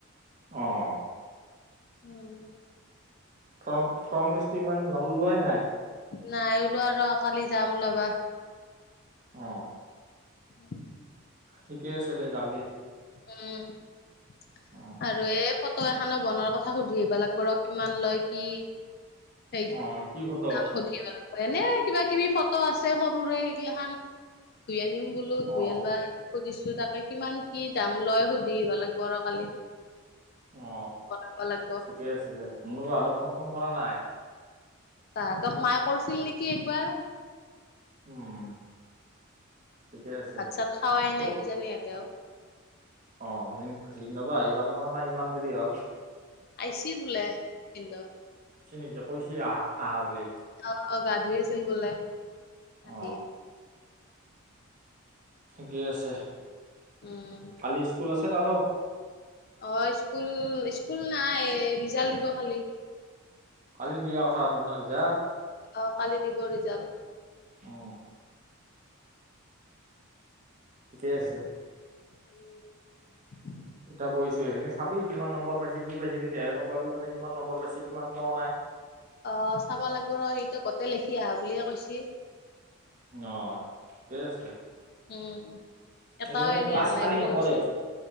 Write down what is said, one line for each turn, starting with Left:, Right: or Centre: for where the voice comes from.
Right: অহ
Left: উম।
Right: ফ ফ্ৰণ্ট পেচটো ইমান নললোৱাই নাই
Left: নাই ওলোৱা আৰু কালি যাম ওলাবা।
Right: অ।
Left: উ
Right: ঠিকেই আছে দে যাবি।
Left: উম
Right: অ
Left: আৰু এই ফটো এখনো বনোৱাৰ কথা সুধি আহিব লাগিব ৰ কিমান লয় কি? সেই
Right: অ কি ভ
Left: দাম সুধিব এনে কিবা কিবি ফটো আছে, সৰুৰে এগিলা খান ধুই আনিম বোলো
Right: অ
Left: ধুই আনিবা দিম সুধিছো তাকে কিমান কি দাম লয় সুধি আহবা লাগব আৰু কালি
Right: অ
Left: বনাব লাগিব
Right: ঠিকেই আছে শনবা আক ফোন চোন কৰা নাই।
Left: তাহাঁতক মায়ে কৰিছিল নেকি একবাৰ
Right: উম। ঠিকে আছে
Left: আচ্ছা খাৱাই
Right: অ
Left: নাই কি জানি এতে
Right: অ ভিন ভিন নব আহি পাল নাই ইমান দেৰি হ'ল
Left: আহইছি বোলে ভীন্দও
Right: চ নেকি কৈছ আহা আহা বুলি
Left: আহ অ গা ধুই আছিল গলে
Right: অ
Left: আহি
Right: ঠিকেই আছে
Left: উম
Right: কালি স্কুল আছে ত আৰু
Left: অ স্কুল স্কুল নাই ৰিজাল্ট দিব খালি
Right: কালি দিয়াৰ কথা আছিলি ন ৰিজাল্ট
Left: অ কালি দিব ৰিজাল্ট।
Right: অ ঠিকেই আছে।
Left: উম
Right: এতিয়া বহিছো সেইখিনি চাবি কিমান নম্বৰ পাইছি কি পাইছে তেতিয়াহে গম পাবিনে কিমান নম্বৰ পাইছে কিমান পোৱা নাই
Left: অঁ চাঁব লাগিব ৰ সিটো গতে লিখি আহা বুলিয়ে কৈছি
Right: অঁ ঠিকে আছে
Left: উ এটাও
Right: আকৌ মানে
Left: এৰি
Right: ক্লাছ
Left: অহা নাই
Right: কালি
Left: বুলি
Right: নকৰে
Left: কৈছে